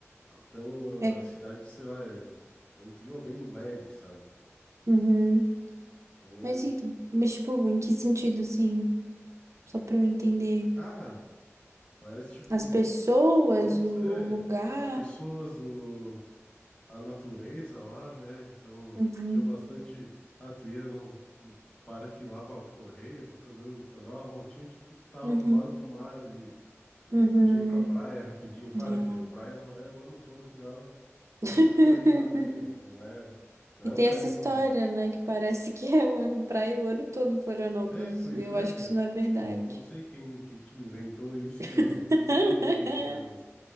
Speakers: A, on the left (about 20°); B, on the right (about 75°).
A: Então,
B: É,
A: a, a cidade, sei lá, é, é um clima bem leve, sabe?
B: uhum.
A: Então, é-
B: Mas, e- mas tipo, em que sentido assim? Só pra eu entender.
A: ah, parece, tipo
B: As pessoas,
A: Isso
B: o, o
A: é
B: lugar.
A: as pessoas, o, a natureza lá, né? Então
B: Uhum,
A: tinha bastante. Ah, tu ia no, no parque lá pra correr, pra fazer, o- pra dar uma voltinha, tipo, tu tava
B: uhum,
A: do lado do mar ali. Tipo,
B: uhum.
A: tu podia ir pra praia rapidinho. Claro
B: Ah.
A: que a praia não é o ano todo que dava,
B: <laughs>
A: dava <laughs> pra ir lá também, né? Que não é, não
B: E
A: é
B: tem
A: o Caribe,
B: essa história,
A: né?
B: né? Que parece que é o ano, praia o ano todo em Florianópolis.
A: É, pois
B: Eu
A: é.
B: acho que isso não é verdade.
A: Eu não sei quem, quem que inventou isso em algum
B: <laughs>
A: <laughs> algum momento, né? Mas